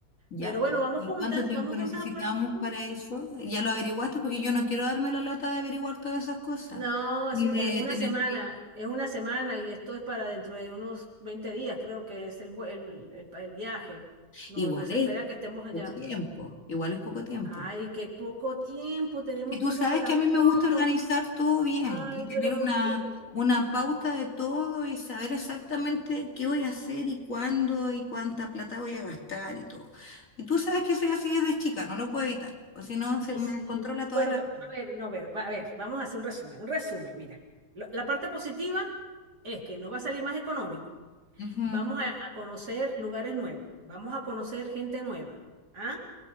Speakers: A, on the left (about 40°); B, on the right (about 55°).
A: Ya,
B: pero
A: pues.
B: bueno, vamos
A: ¿Y
B: juntas,
A: cuánto tiempo
B: vamos
A: necesitamos
B: juntas a poner vacunas,
A: para eso? ¿Ya lo averiguaste? Porque yo no quiero darme la lata de averiguar todas esas cosas.
B: No,
A: Ni
B: es un-
A: de
B: eh, una
A: tener
B: semana,
A: que...
B: es una semana y esto es para dentro de unos 20 días, creo que es el, vue- el, el pa- el viaje. No,
A: Igual
B: nos
A: es
B: espera que estemos allá.
A: poco tiempo. Igual es poco tiempo.
B: Ay, qué poco tiempo, tenemos
A: Y tú
B: tiempo
A: sabes
B: para
A: que a mí me
B: todo.
A: gusta organizar todo bien
B: Ay,
A: y tener
B: pero
A: una,
B: ¿por qué? no?
A: una pauta de todo y saber exactamente qué voy a hacer y cuándo y cuánta plata voy a gastar y todo. Y tú sabes que soy así desde chica, no lo puedo evitar, o si no se
B: Y
A: me
B: sí,
A: descontrola toda
B: bueno,
A: la
B: pero
A: vida.
B: a ver, no, a ver, va- a ver, vamos a hacer un resumen, un resumen, mira. Lo- la parte positiva es que nos va a salir más económico.
A: Ujú.
B: Vamos a, a conocer lugares nuevos, vamos a conocer gente nueva. ¿Ah?